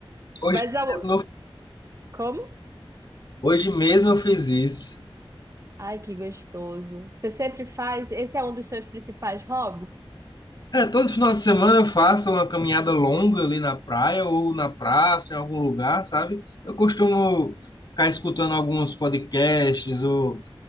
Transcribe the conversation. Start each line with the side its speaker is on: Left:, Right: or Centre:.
Left: Hoje
Right: Mas eu...
Left: mesmo eu,
Right: como?
Left: hoje mesmo eu fiz isso.
Right: Ai, que gostoso. Você sempre faz? Esse é um dos seus principais hobbies?
Left: É, todo final de semana eu faço uma caminhada longa ali na praia ou na praça, em algum lugar, sabe? Eu costumo ficar escutando alguns podcasts ou